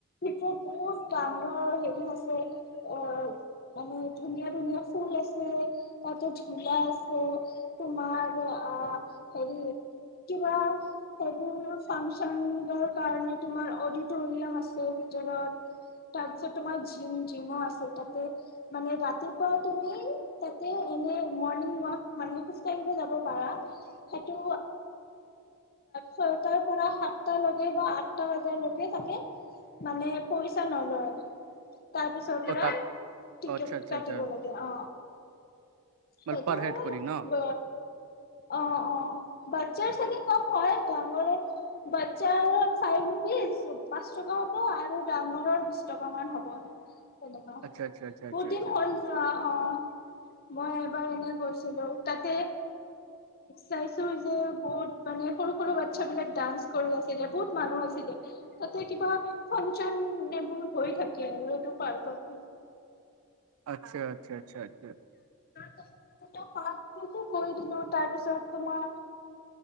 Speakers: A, on the left; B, on the right.
A: বহুত ডাঙৰ হেৰি আছে অ মানে ধুনীয়া ধুনীয়া ফুল আছে তাত বোলে জোলা আছে তোমাৰ আ হেৰি কিবা সেইবোৰ ফাংচন কাৰণে তোমাৰ অ টোনিয়াম আছে ভিতৰত তাৰপিছত তোমাৰ জিম জিমো আছে তাতে মানে ৰাতিপুৱা তুমি তাতে এনে মৰ্ণিং ৱাক মানে খোজ কঢ়িব যাব পাৰা সেইটো ছয়টাৰ পৰা সাতটালকে বা আঠটা বজকে থাকে থাকে মানে পইচা নলয তাৰপিছৰ পৰা
B: অ তাত
A: টিকেট
B: অ আচ্ছা আচ্ছা
A: কাটিব
B: আচ্ছা
A: লাগে অ
B: মানে
A: সেইটো
B: পাৰ হেড কৰি ন
A: অ অ বাট ছাৰ চাগে কম হয় ডাঙৰ বাচ্ছাৰ ফাইভ ৰুপিজ পাঁচ টকা হ'ব আৰু ডাঙৰৰ বিশ টকা মান হ'বহ বহুত
B: আচ্ছা আচ্ছা আচ্ছা আচ্ছা
A: দিন
B: আচ্ছা
A: যোৱা অ মই এবাৰ এনে গৈছিলো তাতে চাইছো যে বহুত মানে সৰু সৰু বাচ্ছা বিলাক ডান্স কৰি আছিলে বহুত মানুহ আছিলে তাতে কিবা ফংচনেবোৰ হৈ থাকে আৰু এইটো পাৰ্কৰ
B: আচ্ছা আচ্ছা আচ্ছা আচ্ছা আচ্ছা
A: এটা পাৰ্ক কৈ দিলো তাৰ পিছত তোমাৰ